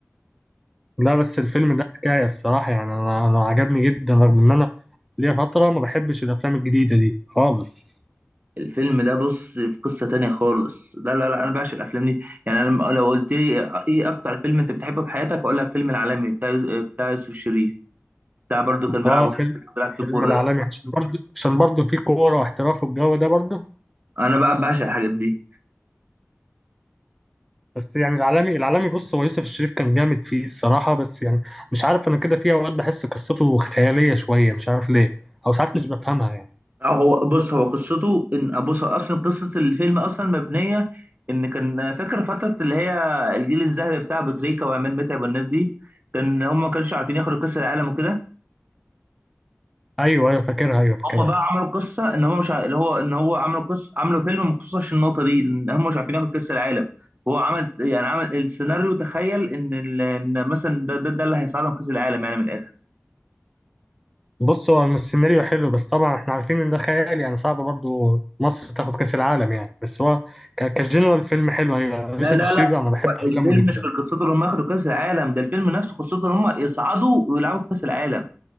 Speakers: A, in the centre; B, on the right.
A: لا بس الفيلم ده حكاية الصراحة يعني أنا أنا عجبني جدا رغم إن أنا ليا فترة ما بحبش الأفلام الجديدة دي خالص
B: الفيلم ده بص في قصة تانية خالص لا لا لا انا بعشق الافلام دي يعني انا لما- لو قلت لي ايه اكتر فيلم انت بتحبه في حياتك اقول لك فيلم العالمي بتاع بتاع يوسف شريف بتاع برضو كان بيلعب
A: آه
B: كان
A: فيلم
B: بيلعب في
A: فيلم
B: كورة
A: العالمي
B: ده
A: عشان برضه عشان برضه فيه كورة واحتراف والجو ده برضه
B: انا بقى بعشق الحاجات دي
A: بس يعني العالمي العالمي بص هو يوسف الشريف كان جامد فيه الصراحة بس يعني مش عارف أنا كده في أوقات بحس قصته خيالية شوية مش عارف ليه أو ساعات مش بفهمها يعني
B: أه هو بص هو قصته ان بص هو اصلا قصة الفيلم اصلا مبنية ان كان فاكر فترة اللي هي الجيل الذهبي بتاع ابو تريكة وعماد متعب والناس دي كان هم ما كانش عارفين ياخدوا كأس العالم وكده
A: أيوه أيوه فاكرها أيوه فاكرها
B: هم بقى عملوا قصه ان هم مش ع... اللي هو ان هو عملوا قصه عملوا فيلم مخصوص عشان النقطه دي ان هم مش عارفين ياخد كاس العالم هو عمل يعني عمل السيناريو تخيل ان ال... ان مثلا ده ده, ده اللي هيساعدهم كاس العالم يعني من الاخر
A: بص هو السيناريو حلو بس طبعا احنا عارفين ان ده خيال يعني صعب برضو مصر تاخد كاس العالم يعني بس هو ك- كجنرال فيلم حلو ايوه
B: لا
A: يوسف
B: لا
A: الشريف
B: لا
A: انا بحب
B: هو
A: افلامه
B: الفيلم
A: جدا
B: مش قصته ان هم ياخدوا كاس العالم ده الفيلم نفسه قصته ان هم يصعدوا ويلعبوا في كاس العالم